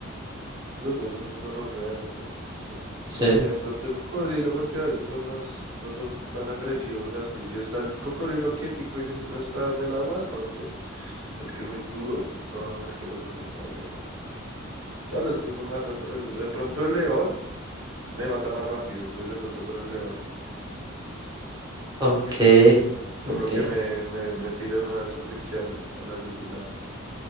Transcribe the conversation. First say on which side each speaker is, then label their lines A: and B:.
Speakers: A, on the right (about 75°); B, on the right (about 20°).
A: Los dos son muy gonorreas, weón. Sí,
B: Sí.
A: No sé, de pronto el cocodrilo, porque a veces son más, no son tan agresivos así. Si está el cocodrilo quietico y no está en el agua, de pronto, pues que es muy duro. No, no, no, es que los dos son una boleta. No, los dos me matan re duro. De pronto el león. me mata más rápido, entonces de pronto con el león.
B: Ok,
A: Mm, Por
B: ok.
A: lo que me, me, me tira de una vez a asfixiarme a la yugular.